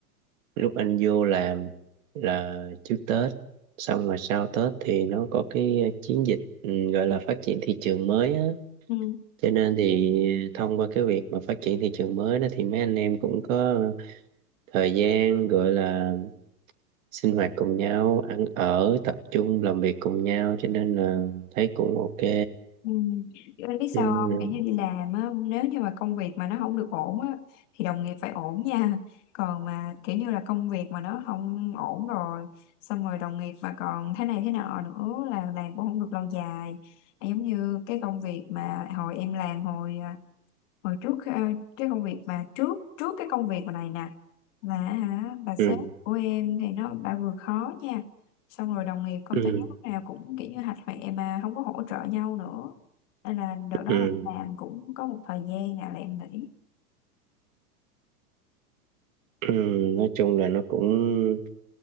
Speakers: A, on the right; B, on the left.
A: lúc anh vô làm là trước Tết xong rồi sau Tết thì nó có cái chiến dịch ừ, gọi là phát triển thị trường mới á
B: Ừ.
A: cho nên thì thông qua cái việc mà phát triển thị trường mới đó thì mấy anh em cũng có thời gian gọi là sinh hoạt cùng nhau ăn ở tập trung làm việc cùng nhau cho nên là thấy cũng ok
B: Ừ. Kiểu Em biết
A: ừ,
B: sao không? Kiểu như đi làm á, nếu như mà công việc mà nó không được ổn á, thì đồng nghiệp phải ổn nha. Còn mà kiểu như là công việc mà nó không ổn rồi, xong rồi đồng nghiệp mà còn thế này thế nọ nữa là làm cũng không được lâu dài. Giống như cái công việc mà hồi em làm hồi à, hồi trước à, cái công việc mà trước trước cái công việc mà này nè là hả bà sếp
A: ừ,
B: của em thì nó bà vừa khó nha xong rồi đồng nghiệp công
A: ừ,
B: ty lúc nào cũng kiểu như hạch hoẹ mà không có hỗ trợ nhau nữa nên là đợt đó
A: ừ,
B: là làm cũng có một thời gian nào là em nghỉ
A: ừ. nói chung là nó cũng